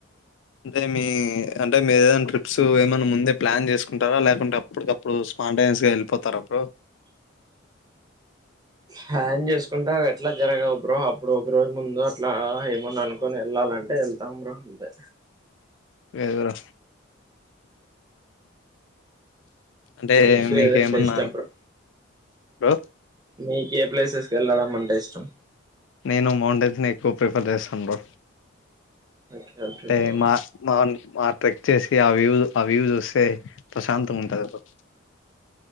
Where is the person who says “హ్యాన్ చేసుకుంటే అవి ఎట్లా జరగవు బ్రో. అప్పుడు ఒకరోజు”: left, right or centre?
Right